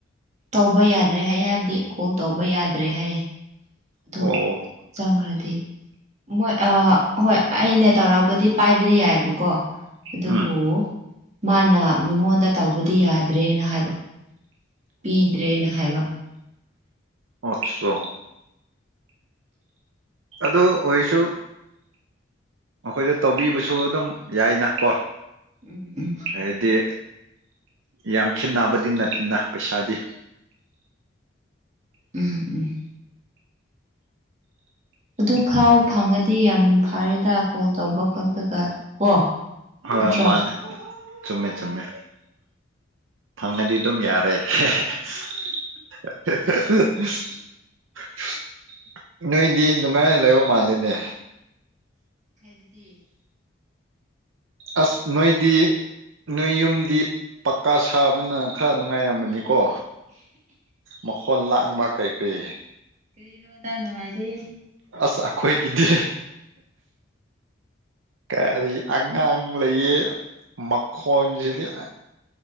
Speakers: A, on the right; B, on the right.
A: ꯇꯧꯕ ꯌꯥꯗ꯭ꯔꯦ ꯍꯥꯏꯌꯦ ꯍꯥꯏꯕꯗꯤ ꯀꯣꯜ ꯇꯧꯕ ꯌꯥꯗ꯭ꯔꯦ ꯍꯥꯏꯌꯦ ꯑꯗꯨ
B: ꯑꯣ
A: ꯆꯪꯈ꯭ꯔꯗꯤ ꯃꯣꯏ ꯑ ꯍꯣꯏ ꯑꯩꯅ ꯇꯧꯔꯛꯄꯗꯤ ꯄꯥꯏꯕꯗꯤ ꯌꯥꯏꯕꯀꯣ ꯀꯣ ꯑꯗꯨꯕꯨ
B: ꯎꯝ
A: ꯃꯥꯅ ꯃꯤꯉꯣꯟꯗ ꯇꯧꯕ ꯗꯤ ꯌꯥꯗ꯭ꯔꯦꯅ ꯍꯥꯏꯕ ꯄꯤꯗ꯭ꯔꯦꯅ ꯍꯥꯏꯕ
B: ꯑꯆꯥ ꯑꯗꯨ ꯑꯣꯏꯁꯨ ꯃꯈꯣꯏꯗ ꯇꯧꯕꯤꯕꯁꯨ ꯑꯗꯨꯝ ꯌꯥꯏꯅ ꯀꯣ
A: ꯎꯝ ꯎꯝ
B: ꯍꯥꯏꯗꯤ ꯌꯥꯝ ꯈꯦꯟꯅꯕꯗꯤ ꯅꯠꯇꯦꯅ ꯄꯩꯁꯥꯗꯤ
A: ꯎꯝ ꯎꯝ ꯑꯗꯨ ꯐꯥꯎ ꯐꯪꯉ ꯗꯤ ꯌꯥꯝ ꯐꯥꯔꯦꯗ ꯀꯣꯜ ꯇꯧꯕꯈꯛ ꯗꯨꯒ ꯀꯣ
B: ꯍꯣꯏ
A: ꯅꯠꯇ꯭ꯔꯣ
B: ꯑꯃꯅꯦ ꯆꯨꯝꯃꯦ ꯆꯨꯝꯃꯦ ꯐꯪꯉꯗꯤ ꯑꯗꯨꯝ ꯌꯥꯔꯦ <unintelligible> ꯅꯣꯏꯗꯤ ꯅꯨꯡꯉꯥꯏꯅ ꯂꯩꯕ ꯃꯥꯜꯂꯤꯅꯦ
A: ꯍꯥꯏꯕꯗꯤ
B: ꯑꯁ ꯅꯣꯏꯗꯤ ꯅꯣꯏ ꯌꯨꯝꯗꯤ ꯄꯀꯥ ꯁꯥꯕꯅ ꯈꯔ ꯅꯨꯡꯉꯥꯏꯔꯝꯕꯅꯤ ꯀꯣ ꯃꯈꯣꯟ ꯂꯥꯡꯕ ꯀꯔꯤ ꯀꯔꯤ
A: ꯀꯔꯣ ꯊꯃꯥꯏꯗꯤ
B: ꯑꯁ ꯑꯩꯈꯣꯏꯒꯤꯗꯤ ꯀꯔꯤ ꯑꯉꯥꯡ ꯂꯩꯌꯦ ꯃꯈꯣꯟꯁꯤꯗꯤ